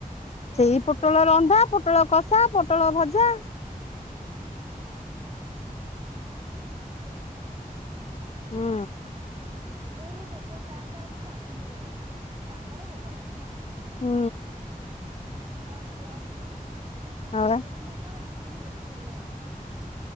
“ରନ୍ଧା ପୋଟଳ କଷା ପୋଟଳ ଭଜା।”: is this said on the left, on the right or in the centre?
Left